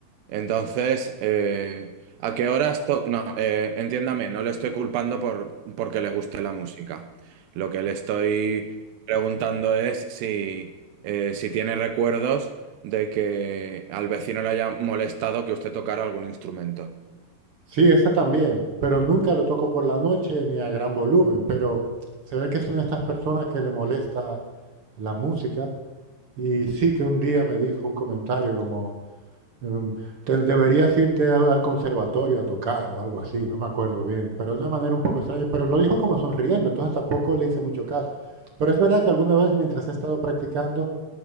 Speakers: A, on the right; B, on the right.
A: Entonces, eh, ¿a qué horas to- No, eh, entiéndame, no le estoy culpando por porque le guste la música. Lo que le estoy preguntando es si, eh, si tiene recuerdos de que al vecino le haya molestado que usted tocara algún instrumento.
B: Sí, esa también, pero nunca lo toco por la noche ni a gran volumen, pero se ve que es una de estas personas que le molesta la música y sí que un día me dijo un comentario como, em, "Te- deberías irte a- al conservatorio a tocar o algo así, no me acuerdo bien, pero de una manera un poco extraña, pero lo dijo como sonriendo, entonces tampoco le hice mucho caso. Pero es verdad que alguna vez mientras he estado practicando,